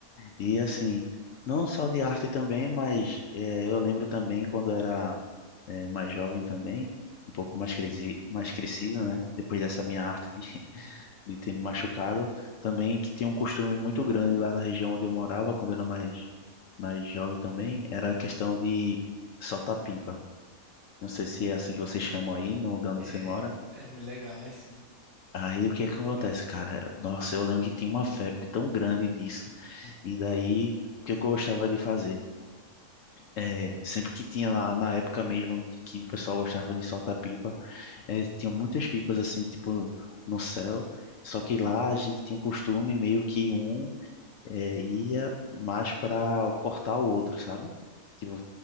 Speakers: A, on the left; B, on the right.
A: E assim, não só de arte também, mas eh, eu lembro também quando eu era eh, mais jovem também, um pouco mais, cresi mais crescido, né? Depois dessa minha arte de, de ter me machucado. Também que tinha um costume muito grande lá na região onde eu morava, quando eu era mais, mais jovem também, era a questão de soltar pipa. Não sei se é assim que vocês chamam aí, no lugar
B: É,
A: onde você mora.
B: é mu- legal, é sim.
A: Aí o que é que acontece, cara? Nossa, eu lembro que tinha uma febre tão grande disso. E daí, o que eu gostava de fazer? É, sempre que tinha lá, na época mesmo, que o pessoal gostava de soltar pipa, é, tinha muitas pipas assim, tipo, no céu. Só que lá a gente tinha um costume meio que um é, ia mais para cortar o outro, sabe? Tipo,